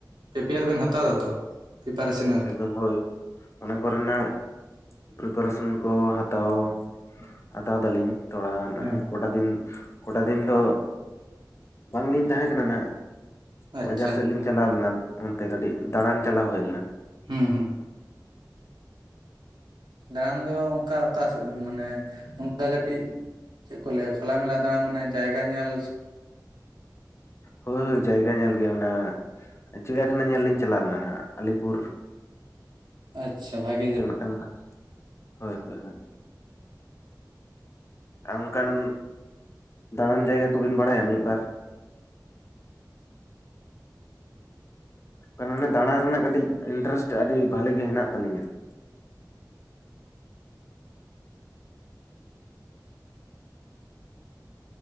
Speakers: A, on the right; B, on the left.
A: ᱯᱨᱤᱯᱮᱭᱟᱨ ᱵᱮᱱ ᱦᱟᱛᱟᱣ ᱮᱫᱟ ᱛᱚ ᱯᱤᱯᱟᱨᱮᱥᱚᱱᱼᱼ
B: ᱮᱠᱫᱚᱢ ᱦᱳᱭ ᱾ ᱚᱱᱟ ᱠᱚᱨᱮᱱᱟᱜ ᱯᱨᱤᱯᱟᱨᱮᱥᱚᱱ ᱠᱚ ᱦᱟᱛᱟᱣ ᱦᱟᱛᱟᱣ ᱫᱟᱞᱤᱧ ᱾ ᱛᱷᱚᱲᱟ
A: ᱦᱮᱸ
B: ᱠᱚᱴᱟ ᱫᱤᱱ ᱠᱚᱴᱟ ᱫᱤᱱ ᱫᱚ ᱵᱟᱝᱞᱤᱧ ᱛᱟᱦᱮᱸ ᱠᱟᱱᱟ ᱱᱟᱦᱟᱜ ᱾
A: ᱟᱪᱪᱷᱟ
B: ᱵᱟᱡᱟᱨ ᱥᱮᱫ
A: ᱟᱪᱪᱷᱟ
B: ᱞᱤᱧ ᱪᱟᱞᱟᱣ ᱞᱮᱱᱟ ᱚᱱᱛᱮ ᱠᱟᱹᱴᱤᱡ ᱫᱟᱬᱟᱱ ᱪᱟᱞᱟᱣ ᱦᱩᱭ ᱞᱮᱱᱟ ᱾
A: ᱦᱩᱸ ᱦᱩᱸ ᱫᱟᱬᱟᱱ ᱫᱚ ᱚᱱᱠᱟ ᱚᱠᱟ ᱥᱮᱫ ᱵᱮᱱ ᱢᱟᱱᱮ ᱚᱱᱠᱟ ᱠᱟᱹᱴᱤᱡ ᱪᱮᱫ ᱠᱚ ᱞᱟᱹᱭᱟ ᱠᱷᱚᱞᱟ ᱢᱮᱞᱟ ᱫᱟᱬᱟ ᱢᱟᱱᱮ ᱡᱟᱭᱜᱟ ᱧᱮᱞ
B: ᱦᱳᱭ ᱦᱳᱭ ᱡᱟᱭᱜᱟ ᱧᱮᱞ ᱜᱮ ᱚᱱᱟ ᱪᱤᱲᱤᱭᱟᱠᱷᱟᱱᱟ ᱧᱮᱞ ᱞᱤᱧ ᱪᱟᱞᱟᱣ ᱞᱮᱱᱟ ᱱᱟ ᱟᱞᱤᱯᱩᱨ ᱾
A: ᱟᱪᱪᱷᱟ ᱵᱷᱟᱜᱮ ᱡ
B: ᱢᱤᱫᱴᱟᱝ ᱠᱟ ᱦᱳᱭ ᱦᱳᱭ ᱦᱳᱭ ᱟᱨ ᱚᱱᱠᱟᱱ ᱫᱟᱬᱟᱱ ᱡᱟᱭᱜᱟ ᱠᱚᱵᱤᱱ ᱵᱟᱲᱟᱭᱟ ᱢᱤᱫᱵᱟᱨ? ᱚᱱᱟ ᱫᱟᱬᱟ ᱨᱮᱱᱟᱜ ᱠᱟᱹᱴᱤᱡ ᱤᱱᱴᱟᱨᱮᱥᱴ ᱟᱹᱰᱤ ᱵᱷᱟᱹᱞᱤ ᱜᱮ ᱦᱮᱱᱟᱜ ᱛᱟᱹᱟᱞᱤᱧᱟ ᱾